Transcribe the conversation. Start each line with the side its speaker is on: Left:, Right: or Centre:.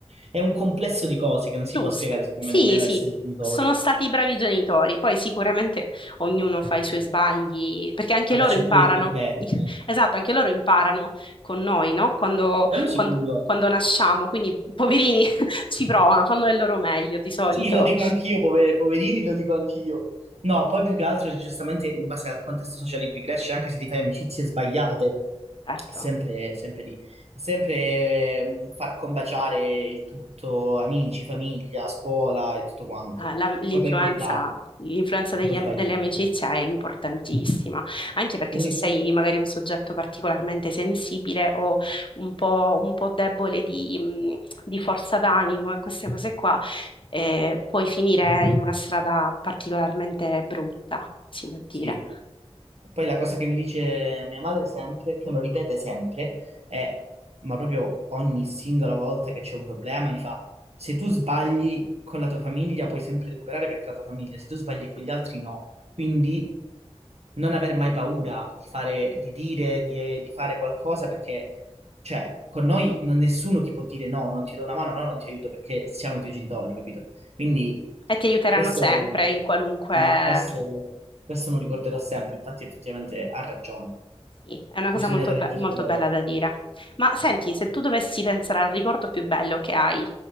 Right: È un complesso di cose che non
Left: Giusto,
Right: si può spiegare, secondo
Left: sì,
Right: me, nemmeno
Left: sì,
Right: essere genitori.
Left: sono stati bravi genitori, poi sicuramente ognuno fa i suoi sbagli, perché anche
Right: Vabbè,
Left: loro
Right: c'è
Left: imparano,
Right: pure il contesto.
Left: <laughs>
Right: eh.
Left: esatto, anche loro imparano con noi, no? Quando,
Right: Quello sicuro.
Left: quando- quando nasciamo, quindi poverini <laughs> ci provano, fanno del loro meglio di solito.
Right: Sì, lo dico anch'io, pover- poverini, lo dico anch'io. No, poi più che altro, giustamente, in base al contesto sociale in cui cresci, anche se ti fai amicizie sbagliate,
Left: Certo.
Right: è sempre, sempre lì. È sempre mm, far combaciare il tutto, amici, famiglia, scuola e tutto quanto.
Left: Ah, la- L'influenza,
Right: Poi per carità,
Left: l'influenza
Right: si
Left: degli
Right: può
Left: am-
Right: sbagliare.
Left: delle amicizie è importantissima, anche perché
Right: L'unico,
Left: se sei magari un soggetto particolarmente sensibile o un po', un po' debole di, mh, di forza d'animo e queste cose qua, eh, puoi finire in una strada particolarmente brutta, si può dire.
Right: sì. Poi la cosa che mi dice mia madre sempre, che lo ripete sempre, è, ma proprio ogni singola volta che c'è un problema, mi fa, se tu sbagli con la tua famiglia puoi sempre recuperare perché è la tua famiglia, se tu sbagli con gli altri no. Quindi non aver mai paura di fare, di dire, di, di fare qualcosa perché cioè, con noi non- nessuno ti può dire no, non ti do una mano, no, non ti aiuto perché siamo i tuoi genitori, capito? Quindi
Left: E ti aiuteranno
Right: questo,
Left: sempre in qualunque
Right: sì, questo, questo me lo ricorderò sempre, infatti effettivamente ha ragione,
Left: Sì, è una
Right: bisogna
Left: cosa molto,
Right: dare
Left: be-
Right: il giusto
Left: molto
Right: valore.
Left: bella da dire. Ma senti, se tu dovessi pensare al ricordo più bello che hai